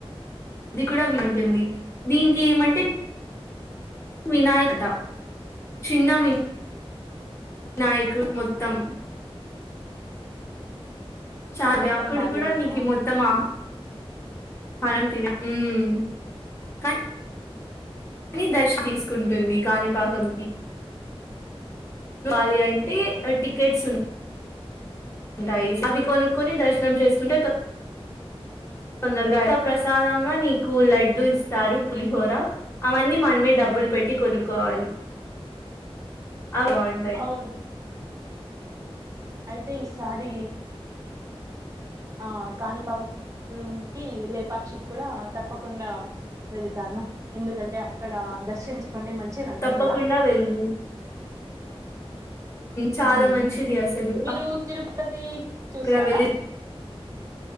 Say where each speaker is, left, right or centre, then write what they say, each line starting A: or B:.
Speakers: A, on the left; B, on the right.
A: అది కూడా వింటుంది దీన్కి ఏమంటే వినాయకత చిన్న వి నాయకుడు మొత్తం చాల
B: మొత్తం
A: అక్కడ
B: బావిలోనా
A: కూడా నీకి మొత్తం ఆ మరమ్ తినె మ్ కన్ నీ దర్ష్ తీసుకుంటుంది కాని పాకం కి ఆలి అంటే టికెట్స్ ఉన్నా ఉంటాయి అవి కొనుక్కొని దర్శనం చేసుకుంటే తొందరగా ప్రసాదంగా నీకు లడ్డు ఇస్తారు పులిహోర అవన్నీ మనమే డబ్బు బ్బుల్ పెట్టి కొనుక్కవాలి అ బోంటాయి
B: అవును అయితే ఈసారి ఆ కానిపాకం మ్ లేపాక్షికి కూడా తప్పకుండా వెళతాను ఎందుకంటే అక్కడ దర్శించ ఇండి మంచిదింటా
A: తప్పకుండా
B: కదా
A: వెళ్ళు చాలా
B: మ్మ్
A: మంచిది అసలు
B: మీరు తిరుపతి
A: అక్కడ
B: చూసారా
A: వెళ్ళి